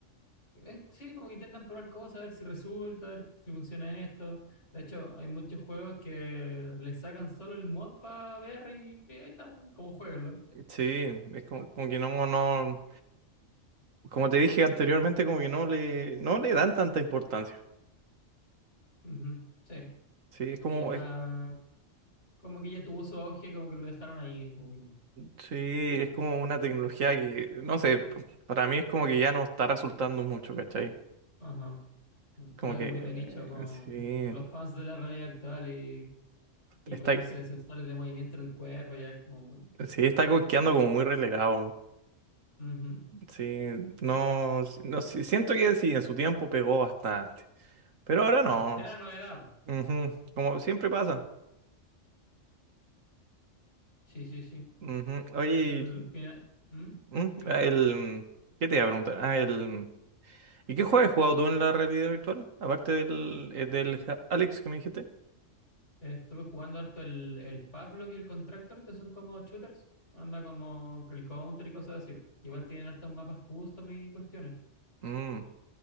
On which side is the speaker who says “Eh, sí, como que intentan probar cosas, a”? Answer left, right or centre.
Left